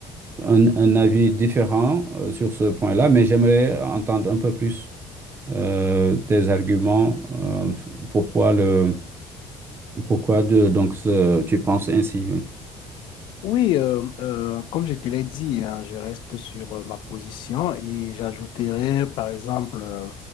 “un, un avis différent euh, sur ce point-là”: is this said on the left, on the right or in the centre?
Right